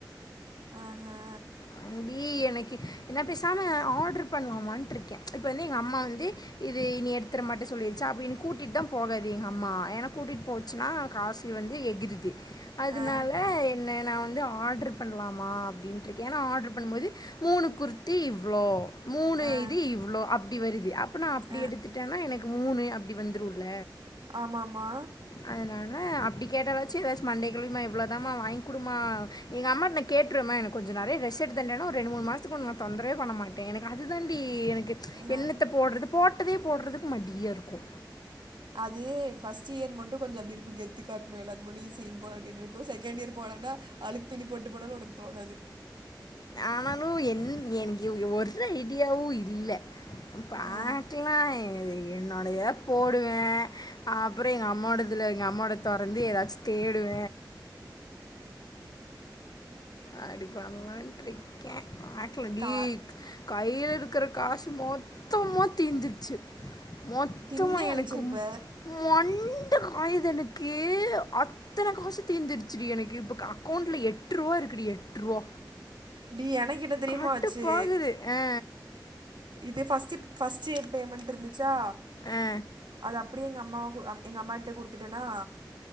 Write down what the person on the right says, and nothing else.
ஆ ஹா
ஆ
ஆ
ஆ
ஆமாம்மா
ஆ
அது ஃபஸ்டியர் மட்டு கொஞ்சொ அப்டி இருக்கு கெத்து காட்ணு எல்லாத் முன்னடியு சீன் போட வேண்டியத் இருக்கு செ கேண்டிர் போனாதா அழுக்கு துணி போட்டு போனாலு ஒனக்கு தோணாது
ஆ
கா
தின்னே அழிச்சிருப்ப
டி எனக் என்ன தெரியுமா
ஆச்சு
இது ஃபஸ்ட்டு ஃபஸ்ட்டியர் பேமண்ட்ருந்துச்சா
அத அப்டியே எங்க அம்மாகு அ எங்க அம்மா கிட்ட குடுத்துட்டனா